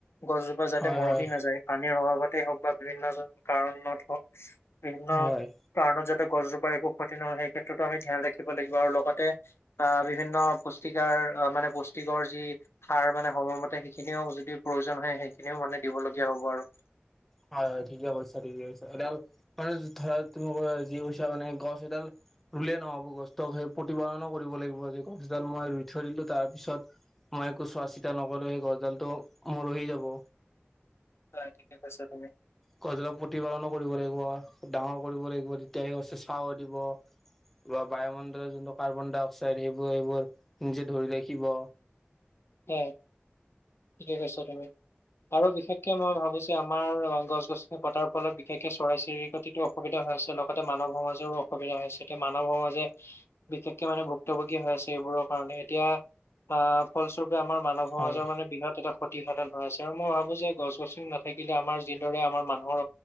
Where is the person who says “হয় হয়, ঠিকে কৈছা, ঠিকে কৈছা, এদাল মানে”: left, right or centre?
Centre